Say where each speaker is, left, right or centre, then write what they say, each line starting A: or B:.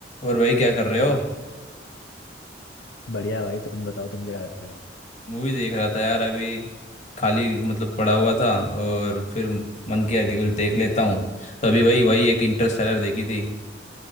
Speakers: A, on the left (about 40°); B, on the left (about 75°).
A: और भाई क्या कर रहे हो
B: और बढ़िया भाई तुम बताओ तुम क्या कर रहे हो
A: मूवी देख रहा था यार अभी खाली मतलब पड़ा हुआ था और फिर मन किया कि कुछ देख लेता हूँ तो अभी वही वही एक इंटरस्टेलर देखी थी